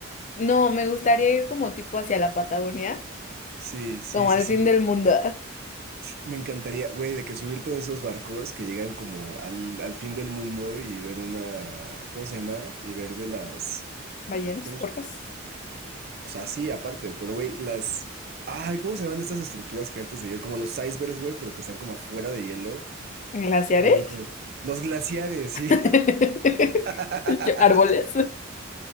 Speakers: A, on the left; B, on the right.
A: No, me gustaría ir como tipo hacia la Patagonia,
B: Sí, sí,
A: como
B: sí,
A: al
B: sí.
A: fin del mundo.
B: Me encantaría, güey, de que subirte en esos barcos que llegan como al, al fin del mundo y ver una, ¿cómo se llama? Y ver de las,
A: Ballenas,
B: ¿cómo? s-
A: orcas,
B: O sea, sí, aparte, pero güey, las, ay, ¿cómo se llaman estas estructuras gigantes de hielo? Como los icebergs, güey, pero que están como afuera de hielo.
A: glaciares,
B: No me acuerdo. Los glaciares, sí.
A: <laughs>
B: <laughs>
A: Yo, árboles.